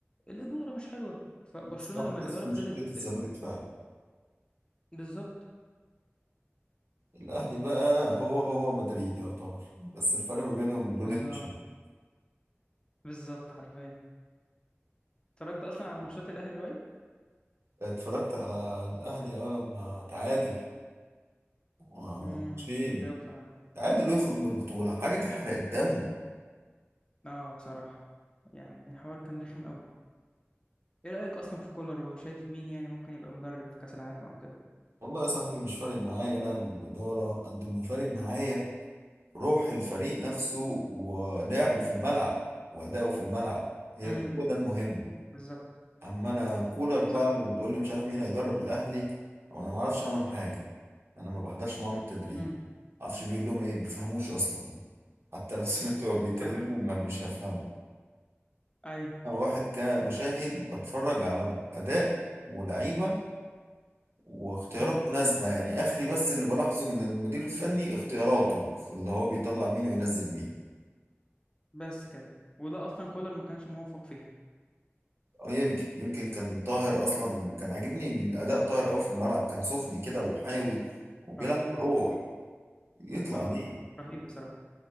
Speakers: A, on the left; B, on the right.
A: الإدارة مش حلوة فبرشلونة
B: بسبب
A: لما
B: نفس
A: الإدارة
B: مشكله
A: ابتدت
B: الزمالك فعلا
A: بالظبط
B: الاهلي بقى هو هو مدريد يعتبر بس الفرق ما بينهم لون
A: بالظبط
B: التيشيرت
A: بالظبط حرفيا اتفرجت اصلا على ماتشات الاهلي قريب
B: اتفرجت على الاهلي اه لما تعادل آه،
A: امم
B: ماتشين
A: اتضايقت قوي بصراحه
B: تعادل ويخرج من البطوله حاجه تحرق الدم
A: اه بصراحه يعني الحوار كان رخم قوي ايه رايك اصلا في كولر وشايف مين يعني ممكن يبقى المدرب في كاس العالم او كده
B: والله يا صاحبي مش فارق معايا انا الاداره قد ما فارق معايا روح الفريق نفسه ولعبه في الملعب وأداؤه في الملعب هي
A: امم
B: ده هو ده المهم
A: بالظبط
B: أما أنا كولر بقى
A: صح
B: وتقول لي مش عارف مين هيدرب الأهلي أو أنا ما أعرفش عنهم حاجة أنا ما بحضرش معاهم التدريب
A: امم
B: ما أعرفش بيقول لهم إيه ما بفهموش أصلا حتى لو <laughs> سمعت هو بيتكلموا
A: صح
B: ما مش هفهمه
A: ايوه
B: أنا واحد كمشاهد بتفرج على أداء ولعيبة واختيارات
A: امم
B: مناسبة يعني آخري بس اللي بلاحظه من المدير الفني اختياراته في اللي هو بيطلع مين وينزل مين
A: بس كده وده اصلا كولر ما كانش موفق فيها
B: اه يمكن يمكن كان طاهر اصلا كان عاجبني اداء طاهر قوي في الملعب كان سخن كده وحيوي وبيلعب
A: رهيب
B: بروح يطلع
A: اه
B: ليه
A: رهيب بصراحه